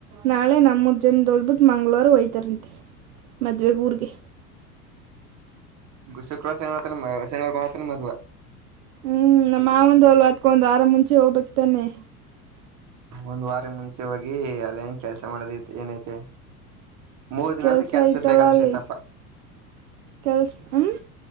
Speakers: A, on the right; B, on the right.
A: ನಾಳೆ ನಮ್ಮೂ ಜನ್ ಅಂದೊಳ್ಬಿಟ್ಟು ಮಂಗಳೂರು ಹೋಯ್ತಾರಂತೆ ಮದುವೆ ಊರಿಗೆ
B: ಶುಕ್ರವಾರ ಶನಿವ ಮಾತ್ರ ಶನಿವಾರ ಮಾತ್ರ ಮದುವೆ
A: ಹ್ಮ್ ನಮ್ಮ ಮಾವಂದ ಅಲ್ ಅದಕ್ಕೊಂದು ವಾರ ಮುಂಚೆ ಹೋಗ್ಬೇಕಕ್ತಾನೆ
B: ಒಂದ್ ವಾರ ಮುಂಚೆ ಹೋಗಿ ಅಲೇನ್ ಕೆಲ್ಸ ಕೆಲಸ ಮಾಡದ್ದು ಏನೈತೆ ಮೂರು ದಿನದಿಂದ
A: ಕೆಲಸ
B: ಕೆಲ್ಸ
A: ಐತಲ್ಲ
B: ಬೇಕಾದಷ್ಟ
A: ಅಲ್ಲಿ
B: ಆಯ್ತಪ್ಪ
A: ಕೆಲಸ ಹ್ಞೂ